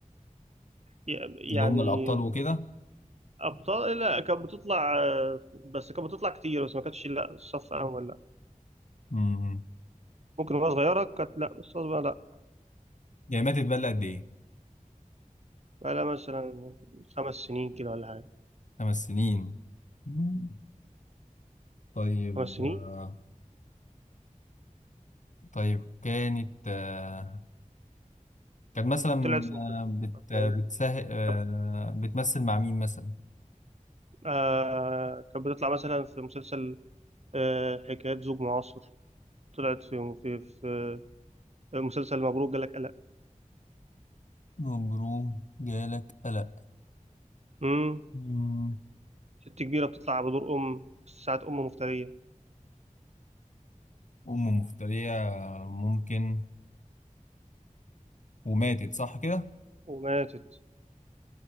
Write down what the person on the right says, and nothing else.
ي-
يعني
أبطال لا كانت بتطلع آه، بس كانت بتطلع كتير بس ما كانتش لا الصف أول لا
ممكن وهي صغيرة كانت لا بس أصغر لا
بقالها مثلا خمس سنين كده ولا حاجة
خمس سنين
طلعت في مسلسل
أفلام.
كانت
آه كانت بتطلع مثلا في مسلسل آه حكايات زوج معاصر طلعت في في في آه، مسلسل مبروك جالك قلق
امم
ست كبيرة بتطلع بدور أم ساعة أم مفترية
وماتت